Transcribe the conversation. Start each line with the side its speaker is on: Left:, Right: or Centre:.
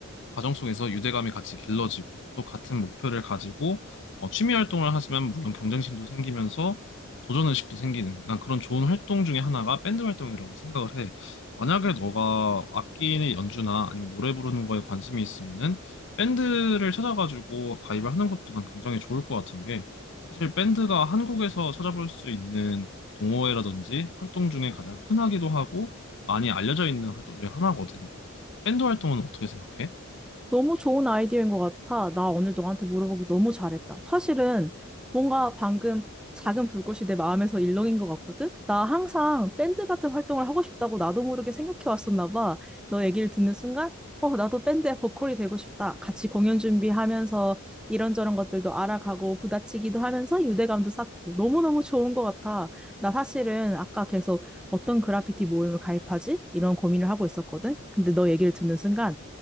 Left: 과정 속에서 유대감이 같이 길러지고 또 같은 목표를 가지고 어, 취미 활동을 하시면 물론 경쟁심도 생기면서 어, 도전의식도 생기는 난 그런 좋은 활동 중에 하나가 밴드 활동이라고 생각을 해. 만약에 너가 악기 연주나 아니면 노래 부르는 거에 관심이 있으면은 밴드를 찾아가지고 가입을 하는 것도 난 굉장히 좋을 것 같은 게 사실 밴드가 한국에서 찾아볼 수 있는 동호회라든지 활동 중에 가장 흔하기도 하고 많이 알려져 있는 활동 중에 하나거든. 밴드 활동은 어떻게 생각해?
Centre: 너무 좋은 아이디어인 것 같아. 나 오늘 너한테 물어보기 너무 잘했다. 사실은 뭔가 방금 작은 불꽃이 내 마음에서 일렁인 것 같거든? 나 항상 밴드 같은 활동을 하고 싶다고 나도 모르게 생각해 왔었나 봐. 너 얘기를 듣는 순간, 어, 나도 밴드의 보컬이 되고 싶다. 같이 공연 준비하면서 이런저런 것들도 알아가고 부다치기도 하면서 유대감도 쌓고 너무너무 좋은 것 같아. 나 사실은 아까 계속 어떤 그래피티 모임을 가입하지? 이런 고민을 하고 있었거든? 근데 너 얘기를 듣는 순간,